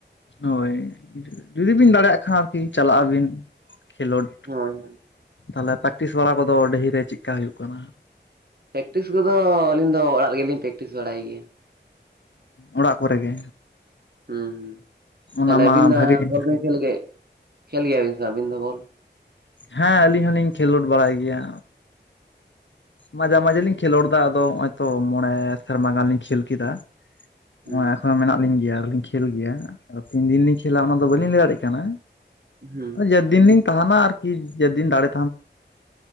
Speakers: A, on the left; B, on the right.
A: ᱦᱳᱭ ᱡᱩᱫᱤ ᱵᱤᱱ ᱫᱟᱲᱮᱭᱟᱜ ᱠᱷᱟᱱ ᱟᱨ ᱠᱤ ᱪᱟᱞᱟᱜ ᱟᱵᱤᱱ ᱠᱷᱮᱞᱳᱰ᱾
B: ᱦᱳᱭ᱾
A: ᱛᱟᱦᱞᱮ ᱯᱮᱠᱴᱤᱥ ᱵᱟᱲᱟ ᱠᱚᱫᱚ ᱰᱟᱹᱦᱤᱨᱮ ᱪᱮᱜᱠᱟ ᱦᱩᱭᱩᱜ ᱠᱟᱱᱟ᱾
B: ᱯᱮᱠᱴᱤᱥ ᱠᱚᱫᱚ ᱟᱹᱞᱤᱧ ᱫᱚ ᱚᱲᱟᱜ ᱨᱮᱜᱮᱞᱤᱧ ᱯᱮᱠᱴᱤᱥ ᱵᱟᱲᱟᱭ ᱜᱮᱭᱟ᱾
A: ᱚᱲᱟᱜ ᱠᱚᱨᱮ ᱜᱮ᱾
B: ᱦᱩᱸ
A: ᱚᱱᱟ
B: ᱛᱟᱦᱞᱮ
A: ᱢᱟ
B: ᱟᱹᱵᱤᱱ ᱫᱚ
A: ᱵᱷᱟᱜᱮ ᱡᱤᱱᱤᱥ
B: ᱵᱚᱞ ᱵᱤᱱ ᱠᱷᱮᱞ ᱜᱮ ᱠᱷᱮᱞ ᱜᱮᱭᱟ ᱵᱤᱱ ᱟᱹᱵᱤᱱ ᱫᱚ ᱵᱚᱞ?
A: ᱦᱮᱸ ᱟᱹᱞᱤᱧ ᱦᱚᱞᱤᱧ ᱠᱷᱮᱞᱳᱰ ᱵᱟᱲᱟᱭ ᱜᱮᱭᱟ᱾ ᱢᱟᱡᱷᱮ ᱢᱟᱡᱮ ᱞᱤᱧ ᱠᱷᱮᱞᱳᱰ ᱮᱫᱟ ᱟᱫᱚ ᱱᱚᱜᱼᱚᱭ ᱛᱚ ᱢᱚᱬᱮ ᱥᱮᱨᱢᱟ ᱜᱟᱱ ᱞᱤᱧ ᱠᱷᱮᱞ ᱠᱮᱫᱟ᱾
B: ᱦᱩᱸ
A: ᱱᱚᱜᱼᱚᱭ ᱮᱠᱷᱚᱱᱳ ᱢᱮᱱᱟᱜ ᱞᱤᱧ ᱜᱮᱭᱟ ᱟᱞᱤᱧ ᱠᱷᱮᱞ ᱜᱮᱭᱟ ᱟᱫᱚ ᱛᱤᱱ ᱫᱤᱱ ᱞᱤᱧ ᱠᱷᱮᱹᱞᱟ ᱚᱱᱟᱫᱚ ᱵᱟᱹᱞᱤᱧ ᱞᱟᱹᱭ ᱫᱟᱲᱮᱭᱟᱜ ᱠᱟᱱᱟ᱾
B: ᱦᱩᱸ
A: ᱡᱮᱫᱤᱱ ᱞᱤᱧ ᱛᱟᱦᱮᱱᱟ ᱟᱨᱠᱤ ᱡᱮᱫᱤᱱ ᱫᱟᱲᱮᱼᱼ